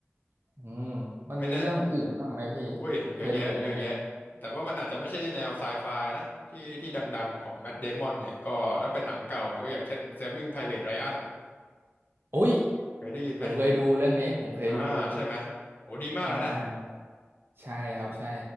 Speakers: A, on the right; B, on the left.
A: อืมมันมีเรื่องอื่นบ้างไหมพี่ผมเคยดูแต่เรื่องนี้
B: ไม่แน่โอ้ยเยอะแยะเยอะแยะแต่ว่ามันอาจจะไม่ใช่แนวไซไฟนะที่ที่ดังๆของแมทเดมอนเนี่ยก็ถ้าเป็นหนังเก่าเนี่ยก็อย่างเช่น Saving Private Ryan
A: โอ้ย
B: เคยได้ยินไหม
A: ผมเคยดูเรื่องนี้ผมเคยดู
B: อ่าใช่ไหมโหดีมากเลยนะ
A: เมื่อนานมาแล้ว ใช่ครับใช่